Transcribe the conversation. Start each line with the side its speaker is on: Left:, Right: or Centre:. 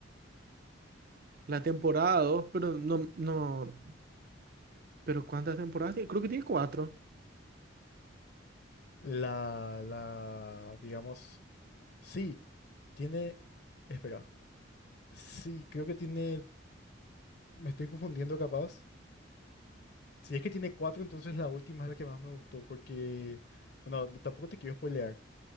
Right: La temporada 2, pero no, no. ¿Pero cuántas temporadas tiene? Creo que tiene cuatro.
Left: La, la, digamos, sí, tiene, espera, sí, creo que tiene, me estoy confundiendo capaz, Si es que tiene cuatro, entonces la última es la que más me gustó, porque, bueno, no- tampoco te quiero spoilear,